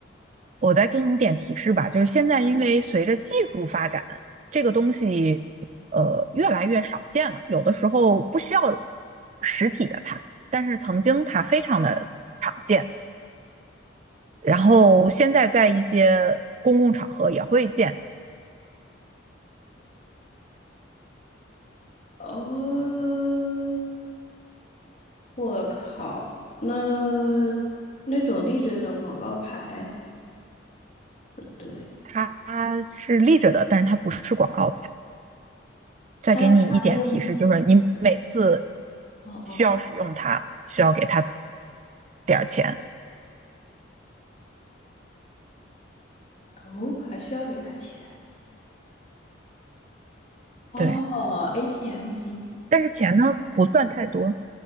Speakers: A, on the right; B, on the left.
A: 我再给你点提示吧，就是现在因为随着技术发展，
B: 嗯，
A: 这个东西呃越来越少见了，有的时候不需要实体的它，但是曾经它非常的常见。然后现在在一些公共场合也会见，
B: 哦，我靠，那那种立着的广告牌不对，
A: 它是立着的，但是它不是广告牌。再给你一点提示，
B: 它要插电吗？
A: 就是你每次
B: 哦哦
A: 需要使用它，需要给它点儿钱。
B: 哦，还需要给他钱。哦，ATM
A: 对，
B: 机
A: 但是钱呢不算太多，